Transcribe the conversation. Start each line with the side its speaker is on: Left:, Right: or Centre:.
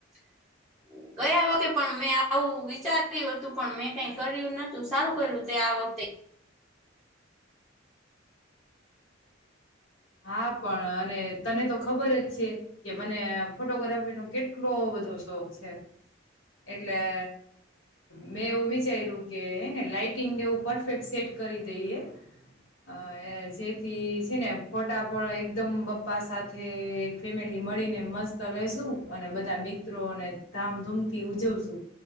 Centre: <inaudible> ગયા વખતે પણ મેં આવું વિચાર્યું હતું પણ મેં કઈ કર્યું નતું સારું કર્યું તે આ વખતે
Left: હા પણ અને તને તો ખબર જ છે કે મને ફોટોગ્રાફી નો કેટલો બધો શોખ છે. એટલે અ મેં એવું વિચાર્યું કે ને લાઈટિંગ એવું પરફેક્ટ સેટ કરી દઈએ અ એ જેથી છે ને ફોટા પણ એકદમ બપ્પા સાથે એક ફેમિલી મળીને મસ્ત લેસું અને બધા મી મિત્રોને ધામધૂમથી ઉજવશું